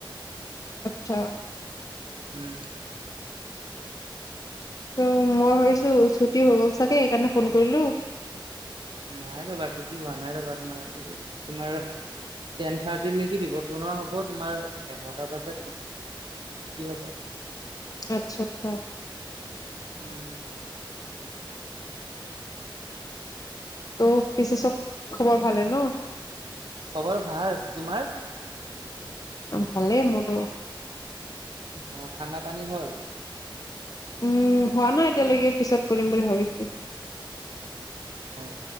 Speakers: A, on the left (about 45°); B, on the right (about 65°).
A: আত্ছা
B: উম
A: ত' মই ভাবিছো ছুটি হৈ গ'ল চাগে সেইকাৰণে ফোন কৰিলো ।
B: নাই ৰবা ছুটি হোৱা নাই ৰবা তোমাৰ তোমাৰ টেন থাৰ্টি । নেকি ৰিপৰ্ট বনোৱা হ'ব তোমাৰ এঘাৰটা বজাত চুটি হ'ব।
A: আচ্ছা আচ্ছা।
B: উম
A: ত' পিছে চব খবৰ ভালে ন?
B: খবৰ ভাল। তোমাৰ?
A: ভালেই মোৰ ।
B: অ খানা পানী হ'ল।
A: উম হোৱা নাই এতিয়ালৈকে পিছত কৰিম বুলি ভাবিছো।
B: অ